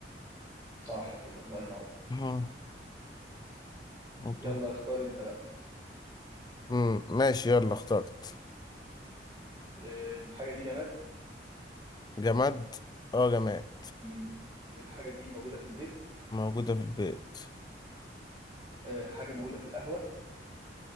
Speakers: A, on the right; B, on the left.
A: صح كده الله ينور
B: مم. أوضة.
A: يلا اختار أنت بقى
B: مم. ماشي يلا اخترت
A: أه الحاجة دي جماد
B: جماد اه جماد
A: مم. الحاجة دي موجودة في البيت
B: موجودة في البيت
A: أه حاجة موجودة في القهوة